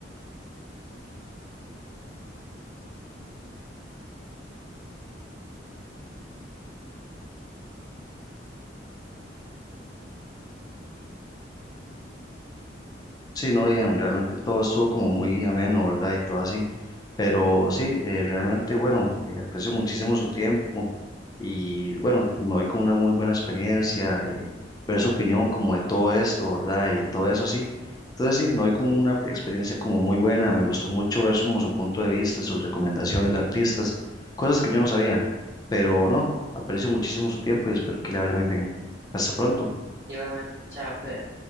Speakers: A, on the left; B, on the right.
A: Sí, no, Ian, realmente todo estuvo como muy ameno, ¿verdad? Y todo así. Pero sí, eh, realmente, bueno, eh, aprecio muchísimo su tiempo y bueno, me voy con una muy buena experiencia, eh, ver su opinión como de todo esto, ¿verdad? Y todo eso así. Entonces sí, me voy con una experiencia como muy buena, me gustó mucho ver como su punto de vista, sus recomendaciones de artistas, cosas que yo no sabía, pero no, aprecio muchísimo su tiempo y espero que le vaya muy bien. Hasta pronto.
B: Igualmente, chao, cuídate.